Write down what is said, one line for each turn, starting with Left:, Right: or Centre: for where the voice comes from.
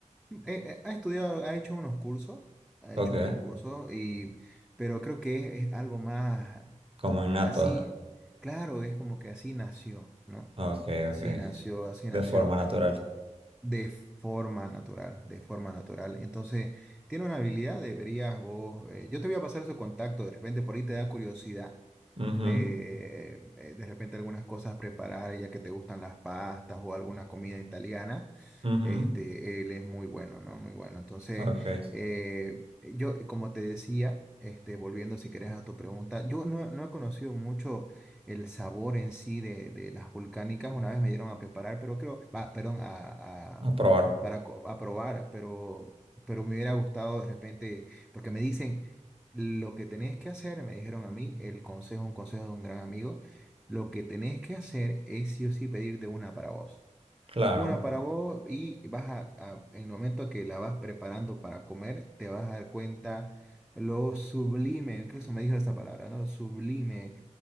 Centre: Mm, Eh, eh, ha estudiado, ha hecho unos cursos, ha
Right: Ok,
Centre: hecho unos cursos, y, pero creo que es, es algo más
Right: como
Centre: eh,
Right: innato.
Centre: así, claro, es como que así nació, ¿no?
Right: Ok,
Centre: Así
Right: ok.
Centre: nació, así
Right: De
Centre: nació.
Right: forma natural.
Centre: De forma natural, de forma natural. Entonces, tiene una habilidad, deberías vos. eh, yo te voy a pasar su contacto, de repente por ahí te da curiosidad.
Right: Ujú,
Centre: eh, eh, de repente algunas cosas preparar, ya que te gustan las pastas o alguna comida italiana.
Right: ujú,
Centre: Este, él es muy bueno, ¿no? Muy bueno. Entonces,
Right: Ok.
Centre: eh, yo, como te decía, este, volviendo si querés a tu pregunta, yo no, no he conocido mucho el sabor en sí de, de las volcánicas. Una vez me dieron a preparar, pero creo, va, perdón, a, a-
Right: A probar.
Centre: para co- a probar, pero, pero me hubiera gustado de repente, porque me dicen, lo que tenés que hacer, me dijeron a mí, el consejo, un consejo de un gran amigo, lo que tenés que hacer es sí o sí pedirte una para vos.
Right: Claro.
Centre: Una para vos y vas a, a- en el momento que la vas preparando para comer, te vas a dar cuenta lo sublime, incluso me dijo esa palabra, ¿no? Sublime